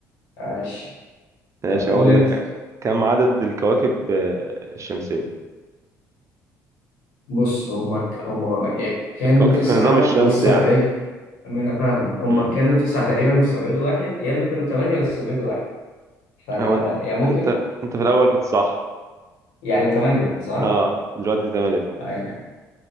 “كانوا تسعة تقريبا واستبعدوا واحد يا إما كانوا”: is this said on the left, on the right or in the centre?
Left